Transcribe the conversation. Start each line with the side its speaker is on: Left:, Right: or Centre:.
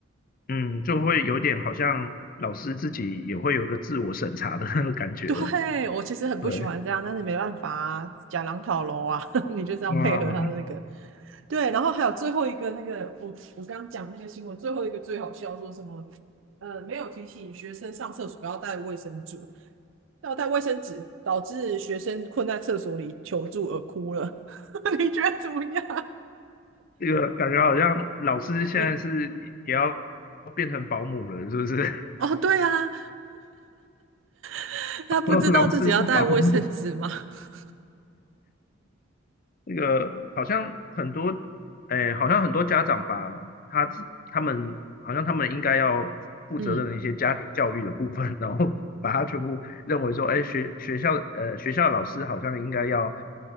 Left: 嗯就会有点好像老师自己也会有一个自我审查的那个感觉了，
Right: <laughs> 对，我其实很不喜欢这样，
Left: 对，
Right: 但是没办法啊，假狼讨楼啊，<laughs> 你就是要配合他的那个。
Left: 哇，嗯
Right: 对，然后还有最后一个那个，我我刚刚讲那个新闻，最后一个最好笑，说什么呃没有提醒学生上厕所要带卫生纸，要带卫生纸，导致学生困在厕所里求助而哭了，<laughs> 你觉得怎么样？
Left: 这个感觉好像老师现在是也要
Right: <laughs> 嗯，
Left: 变成保姆了，是不是？
Right: 哦，对啊，<laughs> 他不知道自己要带卫生纸吗？
Left: <laughs> 老师是保姆，
Right: <laughs>
Left: 那个好像很多，哎，好像很多家长把他自他们好像他们应该要负责任的一些家庭教育的部分，
Right: 嗯，
Left: 然后 <laughs> 把它全部认为说，哎，学学校的呃学校的老师好像应该要